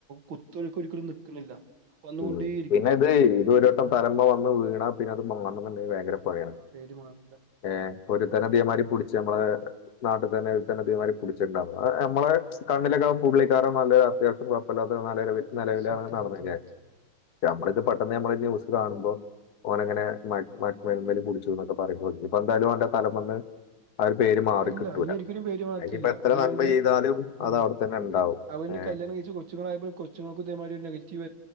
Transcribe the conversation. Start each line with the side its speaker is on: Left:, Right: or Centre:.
Right: കുത്തൊഴക്ക് ഒരിക്കലും നിൽക്കുന്നില്ല വന്നുകൊണ്ടേയിരിക്കുകയാണ്
Left: ഉം പിന്നെ ഇത് ഇത് ഒരു വട്ടം തല മേ വന്ന് വീണാ പിന്നെത് മാറണം എന്നുണ്ടെങ്കിൽ ഭയങ്കര യാണ്
Right: ആ പേര് മാറൂല
Left: ഏ ഇപ്പൊ ഒരു തനധികമാതി പിടിച്ച് നമ്മള് നാട്ടിൽ തന്നെ ഒരുതന്നെ ഇതേ മാതിരി പുടിച്ചിട്ടണ്ടാവും നമ്മളെ കണ്ണിലൊക്കെ പുള്ളിക്കാരൻ നല്ല അത്യാവശ്യം നിലവില
Right: സത്യം
Left: നടന്ന
Right: സത്യം
Left: <unintelligible>
Right: സത്യം
Left: നമ്മളിത് പെട്ടെന്ന് ഞമ്മൾ ന്യൂസ് കാണുമ്പോ ഓനങ്ങനെ മ മേന്മൽ കുടിച്ചു എന്നൊക്കെ പറയുമ്പോ ഇപ്പ എന്തായാലും അവന്റെ തലം വന്ന് ആ ഒരു പേര് മാറി
Right: ഇല്ല
Left: കിട്ടൂല
Right: ഇനി ഒരിക്കലും പേര് മാറത്തില്ല
Left: അനിയിപ്പോ എത്ര
Right: ഇനി
Left: നന്മ
Right: അവന്റെ
Left: ചെയ്താലും
Right: ആ
Left: അത് അവിടെത്തന്നെ ണ്ടാവും
Right: അവന് കല്യാണം കഴിച്ച് കൊച്ചുങ്ങൾ കൊച്ചുൾക്ക്ഒരു നെഗറ്റീവ